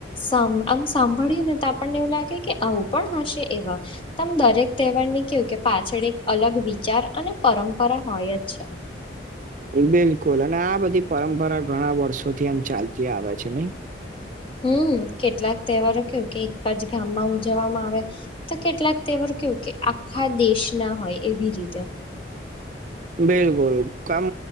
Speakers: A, on the left (about 30°); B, on the right (about 45°).
A: સમ આમ સાંભળીએ ને તો આપણને એવું લાગે કે આવું પણ હશે એવા. તમ દરેક તહેવારની કેવું કે પાછળ એક અલગ વિચાર અને પરંપરા હોય જ છે.
B: બિલકુલ અને આ બધી પરંપરા ઘણા વર્ષોથી આમ ચાલતી આવે છે નહી.
A: હમ્મ કેટલાક તહેવારો કેવુ કે એક જ ગામમાં ઉજવવામાં આવે. તો કેટલાક તેહેવાર કેવું કે આખા દેશ ના હોય એવી રીતે.
B: બિલકુલ, કામ